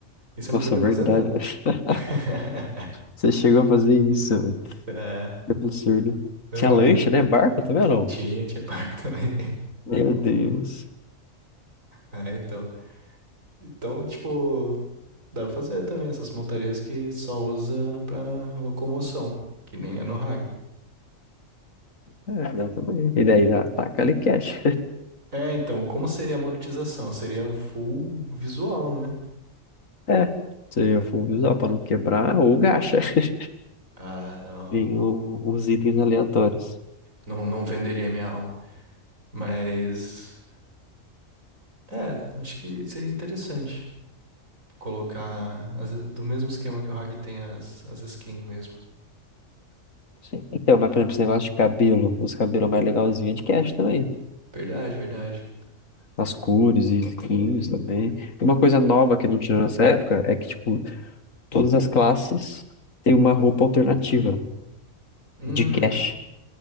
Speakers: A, on the right; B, on the left.
A: e você não
B: nossa,
A: podia
B: verdade,
A: fazer nada.
B: velho.
A: <laughs>
B: <laughs> Você chegou a fazer isso, velho.
A: É.
B: Que absurdo.
A: Aham.
B: Tinha lancha, né? Barco também ou não?
A: Tinha, tinha barco também.
B: Meu Deus.
A: É, então. Então, tipo, dá pra fazer também essas montarias que só usa pra locomoção, que nem a Nohag.
B: É, não, também. E daí ataca ali cash.
A: É, então, como seria a monetização? Seria full visual, né?
B: É, seria full usar pra não quebrar ou gacha. <laughs>
A: Ah, não.
B: Tem o- os itens aleatórios.
A: Não, não venderia minha alma. Mas, é, acho que seria interessante colocar as- do mesmo esquema que o Hag tem as, as skins mesmo.
B: Sim. Então, mas por exemplo, esse negócio de cabelo, os cabelos mais legalzinhos é de cash também.
A: Verdade, verdade.
B: As cores e skins também. E uma coisa nova que não tinha nessa época é que, tipo, todas as classes têm uma roupa alternativa
A: Hum,
B: de cash.